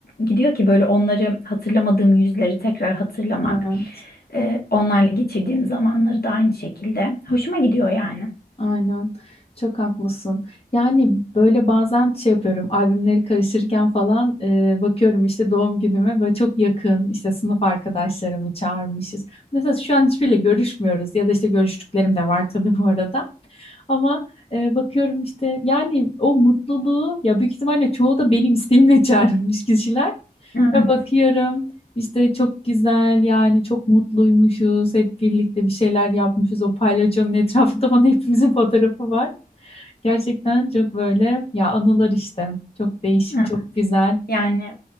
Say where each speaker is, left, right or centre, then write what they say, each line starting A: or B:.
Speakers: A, on the left (about 70°); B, on the left (about 35°).
A: gidiyor ki böyle onları hatırlamadığım yüzleri tekrar hatırlamak.
B: Evet.
A: Ee, onlarla geçirdiğim zamanları da aynı şekilde. Hoşuma gidiyor yani.
B: Aynen. Çok haklısın. Yani böyle bazen şey yapıyorum. Albümleri karışırken falan e, bakıyorum işte doğum günüme böyle çok yakın işte sınıf arkadaşlarımı çağırmışız. Mesela şu an hiçbiriyle görüşmüyoruz ya da işte görüştüklerim de var tabii bu arada. Ama e, bakıyorum işte yani o mutluluğu ya büyük ihtimalle çoğu da benim isteğimle <laughs> çağrılmış kişiler.
A: Evet,
B: Ve bakıyorum işte çok güzel yani çok mutluymuşuz hep birlikte bir şeyler yapmışız o palyaçonun etrafında bana hepimizin fotoğrafı var. Gerçekten çok böyle ya anılar işte çok değişik
A: evet.
B: çok güzel.
A: Yani